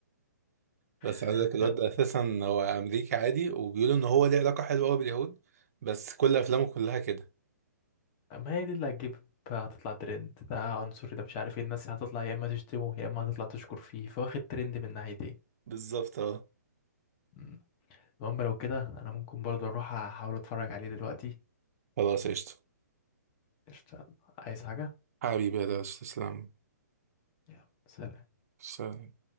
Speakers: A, on the right; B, on the left.
A: بس
B: <laughs>
A: عايز اقول لك الواد
B: يلا
A: ده اساسا هو امريكي عادي وبيقولوا ان هو ليه علاقه حلوه قوي باليهود بس كل افلامه كلها كده
B: ما هي دي اللي هتجيب هتطلع ترند ده عنصري ده مش عارف ايه الناس هتطلع يا اما تشتمه يا اما هتطلع تشكر فيه فواخد ترند من ناحيتين
A: بالظبط اه
B: مم. المهم لو كده انا ممكن برضه اروح احاول اتفرج عليه دلوقتي
A: خلاص قشطه
B: قشطة يلا. عايز حاجه
A: حبيبي يا درش تسلم
B: يلا سلام
A: سلام.